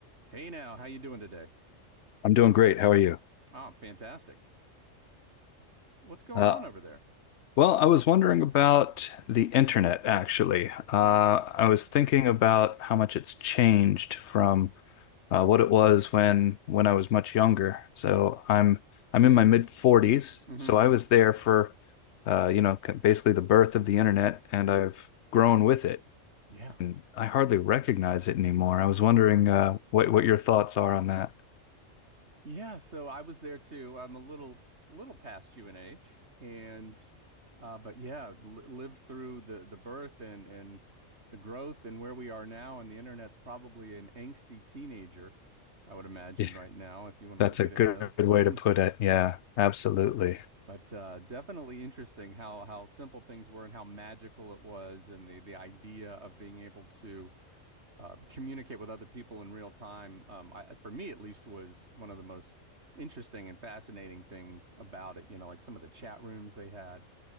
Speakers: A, on the right; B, on the left.
A: Hey now, how you doing today?
B: I'm doing great. How are you?
A: Oh, fantastic. What's going
B: Uh,
A: on over there?
B: well, I was wondering about the internet, actually. Uh,
A: Yeah.
B: I was thinking about how much it's changed from uh, what it was when when I was much younger. So I'm I'm
A: Mm.
B: in my mid 40s,
A: Mm-hmm.
B: so I was there for uh, you know c- basically the birth of the internet, and I've grown with it,
A: Yeah.
B: and
A: <laughs>
B: I hardly recognize it anymore. I was wondering uh, what what your thoughts are on that.
A: Yeah, so I was there too. I'm a little little past you in age and uh but yeah, li lived through the the birth and and the growth and where we are now and the internet's probably an angsty teenager, I would imagine
B: Yeah,
A: right now if you want
B: that's
A: to look
B: a
A: at
B: good
A: it in those <laughs> terms.
B: way to put it. Yeah, absolutely.
A: But uh, definitely interesting how how simple things were and how magical it was, and the the idea of being able to uh, communicate with other people in real time. Um, I, for me, at least, was one of the most interesting and fascinating things about it. You know, like some of the chat rooms they had,